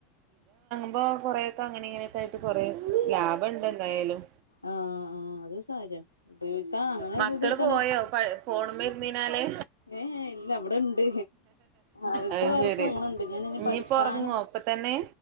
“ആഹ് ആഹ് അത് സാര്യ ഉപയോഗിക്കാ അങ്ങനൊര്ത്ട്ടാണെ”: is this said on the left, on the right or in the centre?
Left